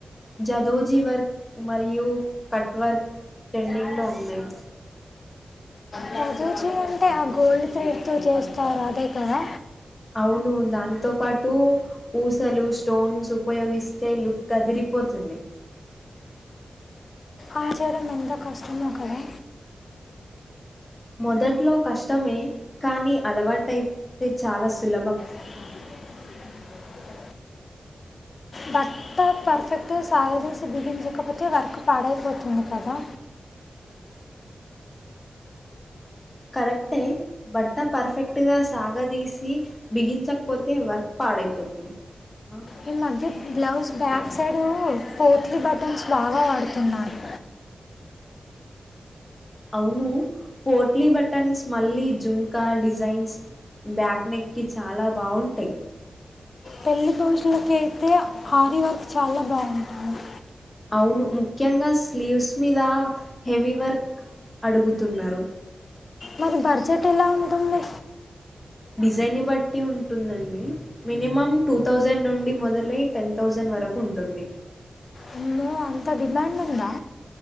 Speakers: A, on the left; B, on the left.
A: జదోజీ వర్క్ మరియు కట్ వర్క్ ట్రెండింగ్ లో ఉన్నాయి
B: జాదోజి అంటే ఆ గోల్డ్ త్రెడ్ తో చేస్తారు అదే కదా
A: అవును దానితో పాటు పూసలు స్టోన్స్ ఉపయోగిస్తే లుక్ అదిరి పోతుంది
B: ఆ చేయడం ఎంతో కష్టమో కదా
A: మొదట్లో కష్టమే కానీ అలవాటైతే చాలా సులభం
B: ఆ బట్ట పర్ఫెక్ట్ గా సాగదీసి బిగించకపోతే వర్క్ పాడైపోతుంది కదా
A: కరెక్టే బట్ట పర్ఫెక్ట్ గా సాగదీసి బిగించకపోతే వర్క్ ప పాడైపోతుంది ఆహా
B: ఈ మధ్య బ్లౌజ్ బ్యాక్ సైడ్ పోట్లీ బటన్స్ బాగా వాడుతున్నారు
A: అవును పోట్లీ బటన్స్ మళ్ళీ జుంకా డిజైన్స్ బ్యాక్ నెక్ కి చాలా బావుంటాయి
B: పెళ్లి బ్లౌజులకు అయితే హారీ వర్క్ చాలా బాగుంటుంది
A: అవును ముఖ్యంగా స్లీవ్స్ మీద హెవీ వర్క్ అడుగుతున్నారు
B: మరి బడ్జెట్ ఎలా ఉంటుంది
A: డిజైన్ బట్టి ఉంటుందండి మినిమం టూ థౌజండ్ నుండి మొదలై టెన్ థౌసండ్ వర వరకుంటుంది
B: అమ్మో అంత డిమాండ్ ఉందా